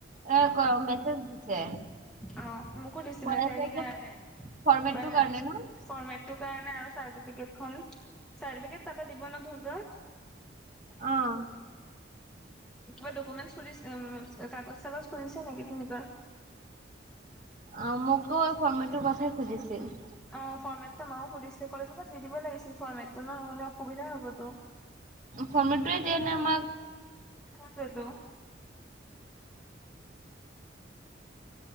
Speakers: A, on the right; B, in the centre.
A: এ ক মেছেজ দিছে।
B: অ মোকো দিছিলে
A: কৈ
B: হেৰি
A: আছে যে
B: কাৰণে, এ-
A: ফৰ্মেটটোৰ কাৰণে ন
B: ফৰ্মেটটোৰ কাৰণে আৰু চাৰ্টিফিকেটখন, চাৰ্টিফিকেট তাৰ পৰা দিব ন তহঁতৰ?
A: অহ।
B: কিবা ডকুমেন্ট খুজিছে অম কাগজ চাগজ খুজিছে নেকি তহঁতৰ।
A: অ' মোকো এই ফৰ্মেটটোৰ কথাই সুধিছিল।
B: অ' ফৰ্মেটটো ম‌ইও সুধিছো কলেজৰ পৰা দি দিব লাগিছিল ফৰ্মেটটো ন' নহ'লে অসুবিধা হ'বতো।
A: ফৰ্মেট টোৱে দিয়া আমাক।
B: সেইটোয়েটো।